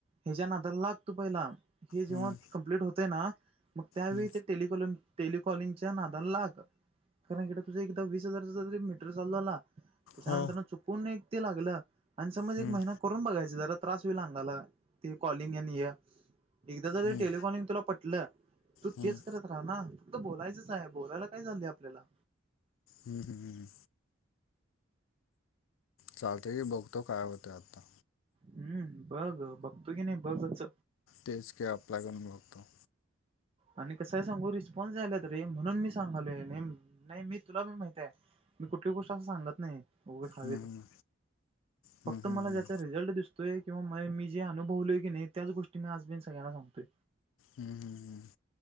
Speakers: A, on the right (about 30°); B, on the left (about 85°).
A: ह्याच्या नादला लागतो पहिला हे जेव्हा
B: हम्म
A: कमप्लीट होते ना मग त्यावेळी
B: हम्म
A: ते टेलिकॉलम टेलिकॉलिंगच्या नादला लाग कारण इक तु एकदा वीस हजार मीटर चालू झाला त्याच्यानंतर
B: हो.
A: चुकून एक ते लागलं. आणि समज
B: हम्म
A: एक महिना करून बघायचा जरा त्रास होईल अंगाला ते कॉलिंग आणि या एकदा जर
B: हम्म
A: टेलफॉनिंग तुला पटलं तू
B: हम्म
A: तेच करत. रा ना फक्त बोलायचंच आहे बोलायला काय चाललं आपल्याला
B: हम् हम हम. चालते की बघतो काय होते आत्ता
A: हम्म बघ बघतो की नाही बघच.
B: तेज का आपला करूनभघतो.
A: आणि कसय सांगू रिस्पॉन्स झायला त रे म्हणून मी सांगालो नाही मी तुला पण माहित आहे. मी कुठली गोष्ट असं सांगत नाही व हवी
B: हम्म
A: तर
B: हम्म
A: फक्त
B: हम्म
A: मला
B: हम्म
A: ज्याचा रिझल्ट दिसत. किं मी जे अनुभवलय की नाही त्या गोष्टी मी आजण सगळ्यांना सांगतोय.
B: हम्म हम् हम्.